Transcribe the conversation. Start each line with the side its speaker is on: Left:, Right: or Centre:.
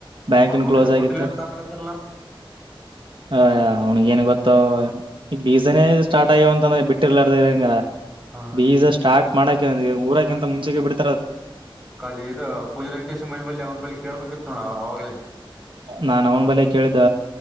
Right: ಬ್ಯಾಂಕುನ್ನು
Centre: ಬುಟ್ಟಿ
Right: ಕ್ಲೋಸ್
Centre: ಬುಟ್ಟಿಲ್
Right: ಆಗತ್ತು
Centre: ಅಂತ ಅನಕತ್ತಲ್ಲ
Right: ಹ ಅವ್ನಿಿಗೆೇನ್ ಗೊತ್ತ ಈ ಬೀಸನೇ ಸ್ಟಾರ್ಟ್ ಆಗ್ಯವ ಅಂತಂದ್ರೆ ಬಿಟ್ಟ ಂಗ
Centre: ಹಾ
Right: ಬೀಜ ಸ್ಟಾರ್ಟ ಮಾಡಕ ಊರಕಿಂತ ಮುಂಚೆ ಬಿಡ್
Centre: ಕಲಿ ಇ ಪೂಜೆ ರಂಕೇಶ ಮನೆ ಬಳಿ ಅವ್ನ ಬಳಿ ಕೇಳ್ಬೇಕಿತ್ತು ನೋಡ ಅವಾಗಲೇ
Right: ನಾನ್ ಅವನ್ ಬಲೆ ಕೇಳ್ದ